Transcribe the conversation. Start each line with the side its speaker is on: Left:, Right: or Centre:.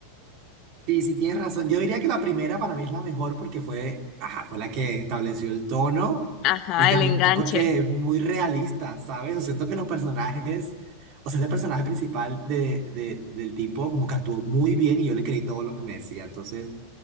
Right: Sí, sí, tienes razón. Yo diría que la primera para mí es la mejor porque fue, ajá, fue la que estableció el tono
Left: Ajá,
Right: y también
Left: el enganche.
Right: porque es muy realista, ¿sabes? O siento que los personajes, o sea, ese personaje principal de, de- del tipo como que actuó muy bien y yo le creí todo lo que me decía. Entonces,